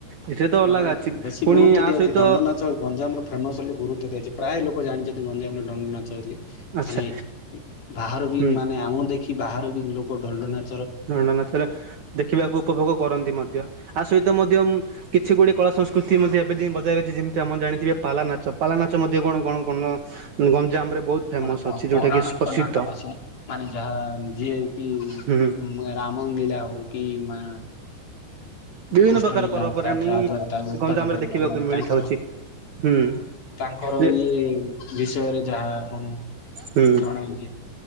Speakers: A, on the right; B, on the left.
A: ଏଥିରେ ତ ଅଲଗା
B: ମାନେ
A: ଅଛି
B: ବେଶୀ
A: ପୁଣି
B: ଗୁରୁତ୍ୱ
A: ଆ
B: ଦିଆଉଛି
A: ସହିତ
B: ଦଣ୍ଡ ନାଚ ଗଞ୍ଜାମର ଫେମସ ବୋଲି ଗରୁତ୍ବ ଦିଆଯଛି ପ୍ରାୟ ଲୋକ ଜାଣିଛନ୍ତି। ଯେ ଗଞ୍ଜାମର ଦଣ୍ଡନାଚ ବୋଲି
A: ଆଚ୍ଛା
B: ମାନେ ବାହାରୁ ବି
A: ହୁଁ
B: ମାନେ ଆମ ଦେ ଖି ବାହାର ବି ଲୋକ ଦଣ୍ଡନାଚ
A: ଦଣ୍ଡନାଚର ଦେଖିବାକୁ ଉପଭୋଗ କରନ୍ତି ମଧ୍ୟ ଆ ସହିତ ମଧ୍ୟ କିଛି ଗୁଡିଏ କଳା ସଂସ୍କୃତି ଏଥି ମଧ୍ୟ ଏବେ ଯାଇ ବଜାଇ ରହିଛି ଯେମିତି ଆମ ଜାଣିଥିବେ ପାଲାନାଚ ପାଲାନାଚ ମଧ୍ୟ କଣ କଣ ନା ଗଞ୍ଜାମରେ ବହୁତ ଫେମସ୍
B: ଗୋଟେ ପ
A: ଅଛି ଯୋଉଟାକି
B: ପୌରାଣିକ
A: ପ୍ରସିଦ୍ଧ
B: ନାଟକ ଅଛି ମାନେ ଯାହା ଯିଏ କି
A: ହୁଁ
B: ମ ରାମ ଲୀଳା ହଉ କି ମା
A: ବିଭିନ୍ନ
B: କୃଷ୍ଟଲୀଳା
A: ପ୍ରକାର ପର୍ବପର୍ବାଣୀ
B: ହେଉ ତା ଯାହା ଦ୍ଵାରା ତାଙ୍କୁ ଉତ୍ପାଦ
A: ଗଞ୍ଜାମରେ
B: କରିବା
A: ଦେଖିବାକୁ
B: ମାନେ
A: ମିଳିଥାଉଛି
B: ତାଙ୍କର
A: ହୁଁ
B: ତାଙ୍କର
A: ଯେ
B: ଇଏ ବିଷୟରେ ଯାହା ଆପଣ
A: ହୁଁ।
B: ଜଣାଏ ଯେ